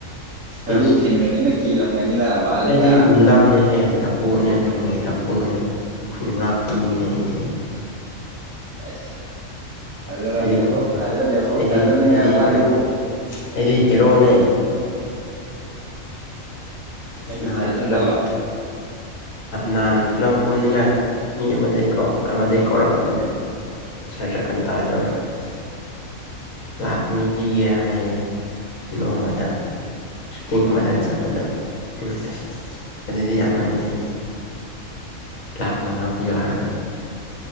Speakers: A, on the right; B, on the left.
A: ꯁꯔꯨ
B: ꯏꯁ
A: ꯊꯤꯟꯒꯅꯤ ꯅ ꯀꯤꯔꯝꯒꯅꯤꯗ ꯕꯥꯜꯂꯤꯗ
B: ꯑꯩꯗꯤ ꯒꯨꯟꯗꯥꯅꯦ ꯍꯦ ꯀꯣꯛꯅꯦ ꯈꯨꯟꯒꯤ ꯗꯥꯀꯨꯅꯦ ꯈꯨꯟ ꯉꯥꯛꯄ ꯃꯤꯅꯦ ꯑꯩꯗꯤ
A: ꯑꯁ ꯊꯥꯖꯔꯝꯗꯦꯕꯨ
B: ꯑꯩꯗꯤ ꯈꯨꯟ ꯉꯥꯛꯄ
A: ꯊꯥꯖꯗꯦꯕꯨ
B: ꯑꯩꯗꯤ
A: ꯊꯥꯖꯅꯤꯡꯉꯥꯏ
B: ꯑꯩꯗꯤ
A: ꯋꯥꯠꯂꯤꯕ
B: ꯍꯦꯔꯣ ꯑꯩꯗꯤ ꯍꯦꯔꯣꯅꯦ ꯑꯁ
A: ꯑꯩꯗꯤ
B: ꯅꯍꯥꯟ
A: ꯊꯥꯖꯗꯕ
B: ꯐꯤꯂꯝ ꯅꯍꯥꯟ ꯐꯤꯂꯝ ꯀꯨꯝꯅꯤꯡꯉꯥꯏ ꯃꯤ ꯑꯃꯗꯤꯀꯣ ꯑꯃꯗꯤ ꯀꯧꯔꯛꯄꯅꯦ ꯁꯥꯔ ꯖꯀꯟꯇꯥꯗꯣ ꯑꯁ ꯂꯛ ꯑꯥꯅꯤ ꯄꯤꯒꯦ ꯍꯌꯦ ꯅꯣꯡꯃꯗ ꯁꯨꯇꯤꯡ ꯑꯃꯗꯪ ꯆꯠꯄꯗ ꯎ ꯑꯁ ꯑꯗꯨꯗꯤ ꯌꯥꯝꯃꯟꯗꯦ ꯂꯥꯛ ꯃꯉꯥ ꯄꯤꯌꯣ ꯍꯥꯏꯕ